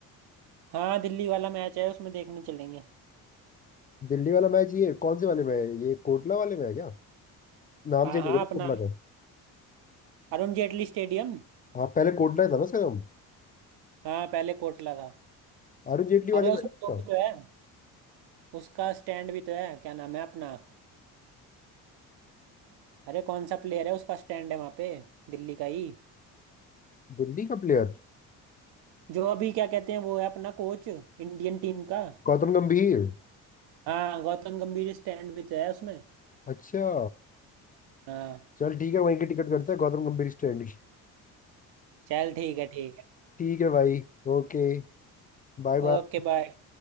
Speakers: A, on the right; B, on the left.
A: हाँ दिल्ली वाला मैच है उसमें देखने चलेंगे
B: दिल्ली वाला मैच ये कौन से वाले में है ये कोटला वाले में है क्या नाम
A: हाँ
B: चेंज
A: हाँ
B: हो गया ना
A: अपना
B: कोटला का
A: अरुण जेटली स्टेडियम
B: हाँ पहले कोटला ही था ना उसका नाम
A: हाँ पहले कोटला था
B: अरुण जेटली वाले
A: अरे
B: में
A: उसमें
B: है ना उसका
A: वो भी तो है उसका स्टैंड भी तो है क्या नाम है अपना अरे कौन सा प्लेयर है उसका स्टैंड है वहाँ पे दिल्ली का ही
B: दिल्ली का प्लेयर
A: जो अभी क्या कहते हैं वो है अपना कोच इंडियन टीम का
B: गौतम गंभीर
A: हाँ गौतम गंभीर स्टैंड भी तो है उसमें
B: अच्छा
A: हाँ
B: चल ठीक है वहीं की टिकट करते हैं गौतम गंभीर स्टैंड की
A: चल ठीक है ठीक है
B: ठीक है भाई ओके Bye bye
A: Okay bye